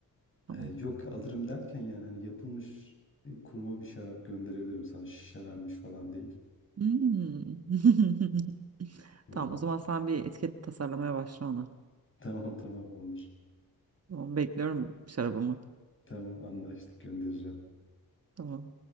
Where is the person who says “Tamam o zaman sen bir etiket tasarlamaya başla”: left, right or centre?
Right